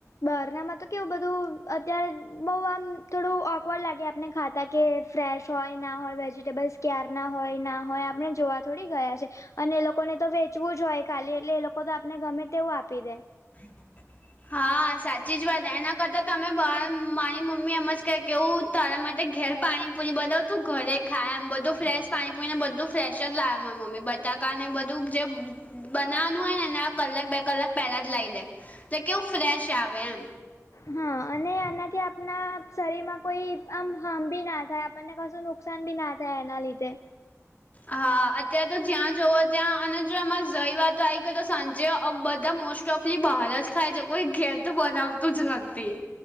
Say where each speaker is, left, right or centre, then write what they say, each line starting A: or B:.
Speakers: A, on the left; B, on the left.
A: બારનામાં તો કેવું બધું અત્યારે બઉ આમ થોડું ઓકવર્ડ લાગે આપને ખાતા કે ફ્રેશ હોય ના હોય વેજીટેબલ્સ ક્યાર ના હોય ના હોય આપણે જોવા થોડી ગયા છે. અને એ લોકોને તો વેચવું જ હોય ખાલી એટલે એ લોકો તો આપને ગમે તેવું આપી દે
B: <inaudible> હા સાચી જ વાત એના કરતાં તમે બહાર મારી મમ્મી એમ જ કે કેવું તારા માટે ઘેર પાણીપુરી બનાવું તું ઘરે ખાય એમ બધું ફ્રેશ પાણી પુરી ને બધું ફ્રેશ જ લાવ એ માર મમ્મી બટાકા ને બધું જે બનાવાનું હોય ને એના કલાક બે કલાક પેલા લાઈ દે તે કેઉ ફ્રેશ આવે એમ
A: હા અને આનાથી આપણા શરીર માં કોઈ આમ હાર્મ ભી ના થાય આપણને કશું નુ નુકસાન બી ના થાય એના લીધે
B: હા અત્યારે તો જ્યાં જુવો ત્યાં અને જો એમાં જઈ વાતો આવી ગઈ તો સાંજે બધા મોશ ટફલી બહાર જ ખાય છે કોઈ ઘેર તો બનાવતું જ નથી.